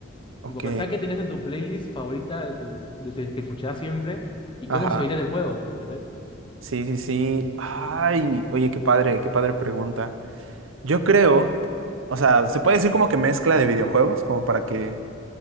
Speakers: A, on the right; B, on the left.
A: ok,
B: Tipo, pensás que tenés en tu playlist favorita de tu, de, de- que escuchás siempre y
A: ajá.
B: cómo se vería el juego, ¿entendés?
A: Sí, sí, sí. Ay, oye, qué padre, qué padre pregunta. Yo creo, o sea, se puede decir como que mezcla de videojuegos, como para que,